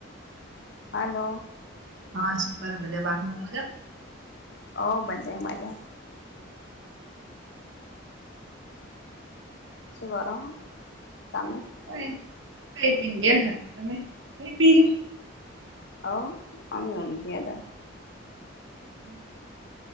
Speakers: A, on the left; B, on the right.
A: હલો.
B: હા શું કર બધા <unintelligible> હ મજા.
A: ઓ મજે મજા.
B: <inaudible>
A: સુકરો હો તમે.
B: હોય ખાઈ પીને બેઠા તમે ખાઈ પી
A: હવ અમે ઊગ્યા તા.
B: હમ્મ.